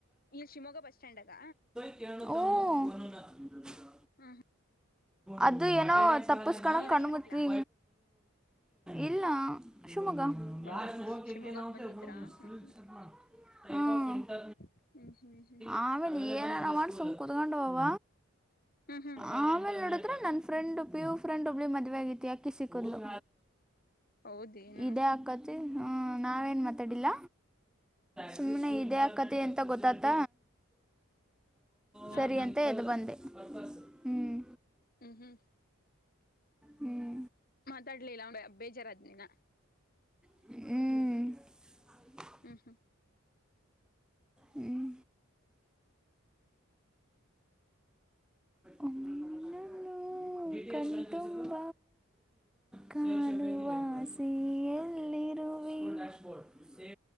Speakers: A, on the left; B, in the centre.
A: ಈ ಶಿವಮೊಗ್ಗ ಬಸ್ ಸ್ಟ್ಯಾಂಡಾಗ?
B: ಹ್ಮೂ
A: ಹ್ಮ
B: ಅದು ಏನೋ ತಪ್ಪುಸ್ಕೋಣ
A: ನೀನ್
B: ಕಣ್ಮುತ್ವಿ
A: ಇಲ್ಲ
B: ಇಲ್ಲಾ ಶಿವಮೊಗ್ಗ.
A: ಬ
B: ಯಾರೆ ಹೋಗತ್ತಾತಿನೊ
A: ಶಿವಮೊಗ್ಗಕ್
B: <inaudible>
A: ಬಂದಿದ್ರಾ ಹ್ಮ್
B: ಹ್ಮ
A: ಹ್ಮ್ ಹ್ಮ್ ಹ್ಮ್
B: ಅಮೇಲ್ ನೀ ಏನಾರ ಮಾಡಿ ಸುಮ್ನ್ ಕುತ್ಕೊಂಡೊವಾವ
A: ಹ್ಮ್ ಹ್ಮ್ ಹ್ಮ್
B: ಆಮೇಲೆ ನೋಡುದ್ರೆ ನನ್ನ್ ಫ್ರೆಂಡ್ ಪಿ. ಯು. ಫ್ರೆಂಡಿಗ್ ಒಬ್ಳಿಗೆ ಮದ್ವೆ ಹಾಗೖತಿ ಆಕಿ ಸಿಕ್ಕಿದಲು
A: ಹೌದೇನು
B: ಇದೇ ಹಾಕಾತಿ ಹ್ಮ ನಾವೇನ್ ಮಾತಾಡಿಲ್ಲ ಸುಮ್ನೆ ಇದೇ ಹಾಕತಿ ಅಂತ ಗೊತ್ತಾತ್ತ. ಸರಿ
A: ಹ ಹಾ
B: ಅಂತ ಎದ್ ಬಂದೆ. ಹ್ಮ್
A: ಹ್ಮ್ ಹ್ಮ್
B: ಹ್ಞೂ
A: ಮಾತಾಡ್ಲಿಲ್ಲ ಬೇ ಬೇಜಾರಾದ್ನೆನ
B: ಹ್ಮ್ಮ
A: ಹ್ಮ್ ಹ್ಮ್
B: ಹ್ಮ್ ಒಮ್ಮೆ ನಿನ್ನನ್ನು.. ನ್ನು ಕಾಣ್ಣ್ತುಂಬ ಕಾಣುವಾಸೆಯಲ್ಲಿರುವೆ. ವೆ.